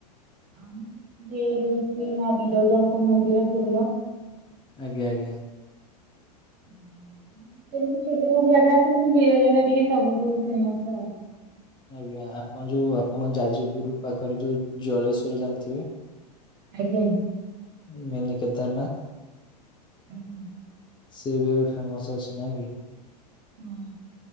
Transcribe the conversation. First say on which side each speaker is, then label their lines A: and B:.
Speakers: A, on the right; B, on the left.
A: ଆମ ସେ ହଉଛି ମା ବିରଜାଙ୍କ ମନ୍ଦିର ଫୁମ
B: ଆଜ୍ଞା ଆଜ୍ଞା।
A: ହୁଁ ହୁଁ ଯେମିତି ଛୋଟ ମୋଟ ଜାଗା ଆସ ବୀରଜ ଟା ଟିକେ ସବୁଠୁ ଫେମସ ଆଉ।
B: ଆଜ୍ଞା ଆପଣ ଯୋଉ ଆପଣ ଯାଜପୁର ପାଖରେ ଯୋଉ ଜଳେଶ୍ଵର ଜାଣିଥିବେ।
A: ଆଜ୍ଞା।
B: ମିନି କେଦାରନାଥ।
A: ହୁ ହୁ।
B: ସିଏ ବି ଏବେ ଫେମସ ଅଛି ନାଇଁ କି?
A: ହୁଁ